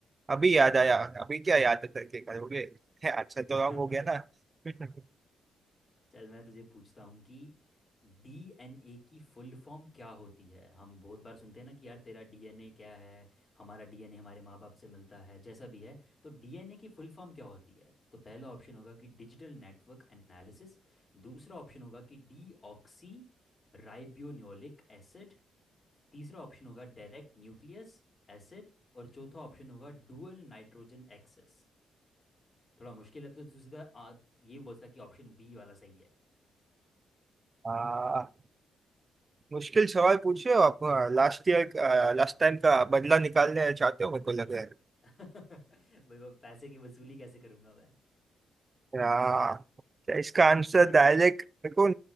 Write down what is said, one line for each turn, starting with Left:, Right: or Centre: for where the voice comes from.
Right: अभी
Left: हम्म।
Right: याद आया अभी क्या याद करके करोगे <laughs> है, अच्छा तो
Left: <laughs>
Right: रंग हो गया ना <laughs>
Left: चल मैं तुझे पूछता हूँ कि डीएनए की फुल फॉर्म क्या होती है हम बहुत बार सुनते हैं ना कि यार तेरा डीएनए क्या है हमारा डीएनए हमारे माँ बाप से मिलता है जैसा भी है तो डीएनए की फुल फॉर्म क्या होती है तो पहला ऑप्शन होगा कि डिजिटल नेटवर्क एनालिसिस दूसरा ऑप्शन होगा कि डीऑक्सी राइबोन्यूक्लिक एसिड तीसरा ऑप्शन होगा डायरेक्ट न्यूक्लियस एसिड और चौथा ऑप्शन होगा डुअल नाइट्रोजन एक्सेस थोड़ा मुश्किल है तो तू सीधा आ, ये बोलता कि ऑप्शन बी वाला सही है
Right: आ, मुश्किल सवाल पूछ रहे हो आप लास्ट ईयर
Left: आ,
Right: लास्ट टाइम का बदला निकालने चाहते हो मेरे को लग रहा है
Left: <laughs> भाई वो पैसे की वसूली कैसे करूंगा मैं
Right: आ, क्या इसका आंसर डायरेक्ट मेरे को